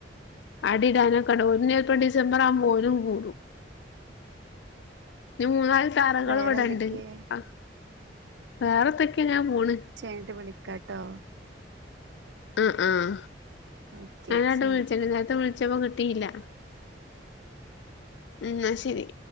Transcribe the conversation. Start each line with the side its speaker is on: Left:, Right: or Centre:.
Left: അടിടാനൊക് ട് ഓല് ചെലപ്പം ഡിസംബർ ആവുമ്പോലും കൂടും. മൂന്നാല് തറകൾ
Right: വേറെന്തൊക്കെ
Left: ഇവിടെണ്ട് ആഹ് വേറെന്തെക്കെയ ങ്ങനെ പോണ്.
Right: ചയ്ഞ്ഞിട്ട് വിളിക്കാട്ടോ.
Left: ആഹ് ആഹ്
Right: ഓക്കെ
Left: ഞാനങ്ങട്ട്
Right: ശരി
Left: വിളിച്ച നേരത്തെ വിളിച്ചപ്പോ കി. ട്ടീല്ല ന്നാശരി.